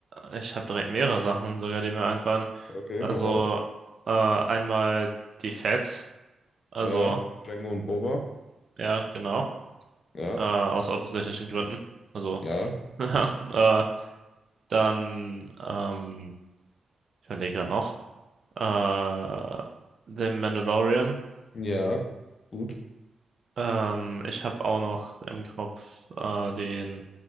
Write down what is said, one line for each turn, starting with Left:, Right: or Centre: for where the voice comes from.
Right: Ich habe direkt mehrere Sachen sogar, die mir einfallen.
Left: Okay,
Right: Also
Left: hau raus.
Right: äh, einmal die Feds, also
Left: Ja, Jango und Boba.
Right: ja, genau,
Left: Ja,
Right: äh, aus offensichtlichen Gründen. Also
Left: ja,
Right: <laughs> äh, dann, ähm, ich überlege gerade noch, äh, den Mandalorian
Left: ja, gut.
Right: Ähm, ich habe auch noch im Kopf äh, den,